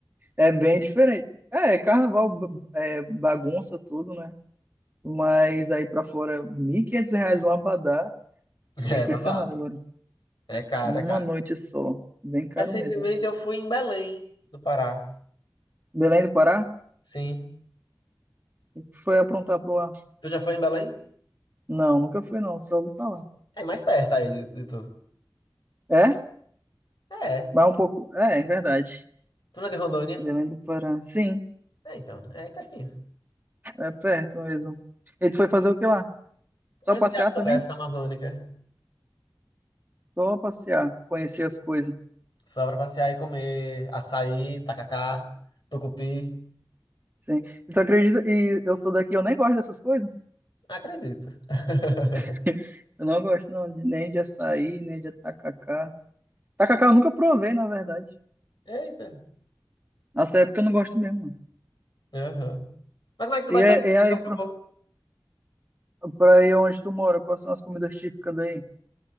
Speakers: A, on the right; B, on the left.
A: É bem diferente. É, carnaval ba- é, bagunça tudo, né? Mas aí pra fora, 1.500 reais um abadá,
B: <laughs> É,
A: fiquei impressionado
B: babado.
A: agora.
B: É caro,
A: Numa
B: é caro.
A: noite só, bem caro
B: Recentemente
A: mesmo.
B: eu fui em Belém, do Pará.
A: Belém do Pará?
B: Sim.
A: O que foi aprontar por lá?
B: Tu já foi em Belém?
A: Não, nunca fui não, só ouvi falar.
B: É mais perto aí de, de tu.
A: É?
B: É.
A: Mas um pouco... É, é verdade.
B: Tu não é de Rondônia?
A: Belém do Pará, sim.
B: É, então. É aí pertinho.
A: É perto mesmo. E tu foi fazer o que lá?
B: Conhecer
A: Só passear
B: a floresta
A: também?
B: amazônica.
A: Só passear, conhecer as coisas.
B: Só pra passear e comer açaí, tacacá, tucupi.
A: Sim. E tu acredita? E eu sou daqui, eu nem gosto dessas coisas.
B: Acredito. <laughs>
A: <laughs> Eu não gosto não, de- nem de açaí, nem de tacacá. Tacacá eu nunca provei, na verdade.
B: Eita.
A: Nessa época eu não gosto mesmo. não.
B: Aham. Mas como é que tu
A: E,
B: vai saber
A: é-
B: se
A: e é
B: tu
A: aí,
B: já provou?
A: pro- pra aí onde tu mora, quais são as comidas típicas daí?